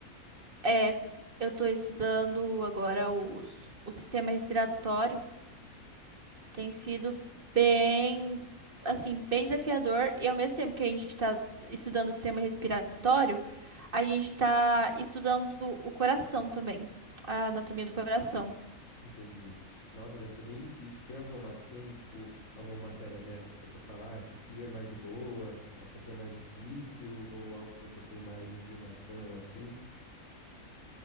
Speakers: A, on the right; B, on the left.
A: é, eu tô estudando agora os, o sistema respiratório. Tem sido bem, assim, bem desafiador e ao mesmo tempo que a gente está estudando o sistema respiratório, a gente está estudando o coração também, a anatomia do coração.
B: Entendi. Nossa, deve ser bem difícil. Tem alguma, ma- tem, tipo, alguma matéria dessas que você fala, ah, essa aqui é mais de boa, essa aqui é mais difícil, ou algo que você tem mais inclinação, assim?